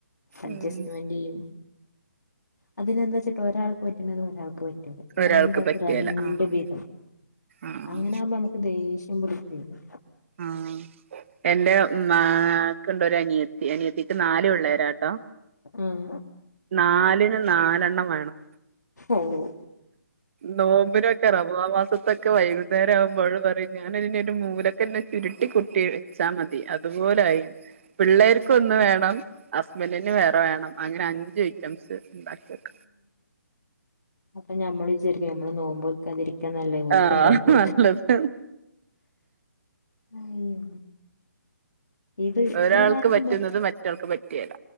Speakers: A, on the left (about 75°); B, on the right (about 45°).
A: അഡ്ജസ്റ്റ്മെന്റ്
B: ഉം
A: ചെയ്യും അതിനെന്താ ച്ചട്ട് ഒരാൾക്ക് പറ്റണ്ടത് ഒരാൾക്ക് പറ്റൂല
B: ഒരാൾക്ക്
A: രണ്ടൾക്ക്
B: പറ്റിയേല
A: രണ്ട്
B: ആഹ്
A: വീതം
B: ആഹ്
A: അങ്ങനെ ആകുമ്പോ നമുക്ക് ദേഷ്യം ഇ പുടു പേമി
B: ആ എന്റെ മ്മാ എനിക്ക് ണ്ടൊരു അനിയത്തി അനിയത്തിക്ക് നാല് പിള്ളാരാട്ടോ
A: ഉം
B: നാലിന് നാലെണ്ണം വേണം
A: ഓഹ്
B: നോമ്പിനൊക്കെ റമളാ മാസ തൊക്കെ വൈകുന്നേരം ആവുമ്പോൾ പറയും ഞാനതിന ഒരു മൂലൊക്കെെ ചുരുട്ടി.. കുട്ടി വെച്ചാമതി അതുപോ ഓലായി പിള്ളേർ കൊന്നു വേണം ഹസ്ബന്റിന് വേറെ വേണം അങ്ങനെ അഞ്ച് ഐറ്റംസ് ബാക്കിക്ക
A: അപ്പ നമ്മൾ വിചാരിക്കും നമ്മൾ നോമ്പോൽക്കാതിരി ഒക്കെ നല്ലേ ഒലുക്ക്ണ്ടായി
B: ആഹ്
A: കൊടുക്ക
B: നല്ലത്
A: ഹ് അയ്യോ ഇത്
B: ഒരാൾക്ക്
A: എല്ലാർക്കും
B: പറ്റുന്നത്
A: പ
B: മറ്റാൾക്ക് പറ്റേല്ല